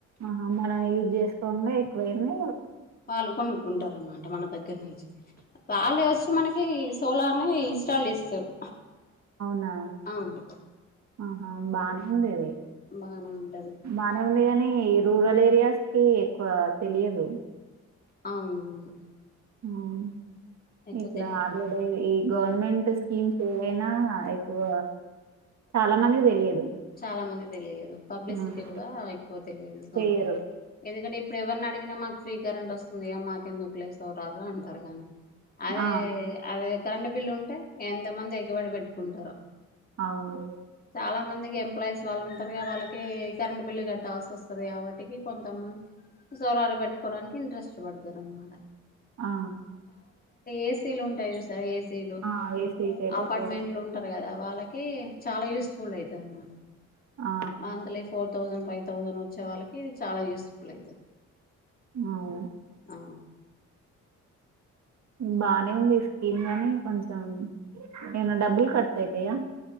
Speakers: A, on the right; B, on the left.
A: ఆహా మనం యూజ్ చేసుకోంగా ఎక్కువైంది
B: వాళ్ళు కొనుక్కుంటార అనమాట మన దగ్గర నుంచి వాళ్లే ఒచ్చి మనకి సోలార్ని ఇన్స్టాల్ చేస్తారు
A: అవునా
B: అవును
A: ఆహా బానే ఉంది ఇది
B: బానే ఉంటది
A: బానే ఉంది గ అనీ రూరల్ ఏరియాస్ కి ఎక్కువ తెలియదు
B: అవునవును
A: ఊమ్
B: ఎక్కువ
A: ఇట్లా
B: తెలియ
A: అ గొడ పొయి గవర్నమెంట్ స్కీమ్స్ ఏవైనా ఎక్కువ చాలా మందికి తెలియదు
B: చాలా మంది తెలియదు పబ్లిసిటీ
A: హ్మ్.
B: కూడా ఎక్కువ తెలియదు సోలర్
A: చెయ్యరు.
B: ఎందుకంటే ఏప్ ప్పుడు ఎవరిని అడిగినా మాకు ఫ్రీ కరెంట్ వస్తుందిగా మాకు ఎందుకులే సొరర్ అంటారు గానీ అదే
A: ఆ!
B: అదే కరెంటూ బిల్ ఉంటే ఎంత మంది ఎగబడి పెట్టుకుంటారో
A: అవును.
B: చాలా మంది ఎంప్లాయస్ వాళ్ళు ఉంటారు కద వాళ్ళకి కరెంటు బిల్లు కట్ట అవస్తోస్తది కాబట్టి కొంతమంది సోలర్ పెట్టుకోవడానికి ఇంట్రెస్ట్ చూపేడతారనమాట
A: ఆ
B: ఏసీలుంటాయి చూ సా ఏసి సిలు
A: ఆ ఏసీకి
B: యా
A: అయితే
B: అపార్ట్మెంట్లు
A: ట్వెల్వ్
B: ఉంటరు కదా వాళ్ళకి చాలా యూస్ఫుల్ ఐతది అన్నమాట
A: ఆ
B: monthly four thousand five thousand వచ్చే వాళ్ళకి ఇది చాలా యూస్ఫుల్ ఐతది
A: అవును
B: ఆ
A: బానే ఉంది ఈ స్కీమ్ గాని కొంచెం ఏమనా డబ్బులు ఖర్చఐతయా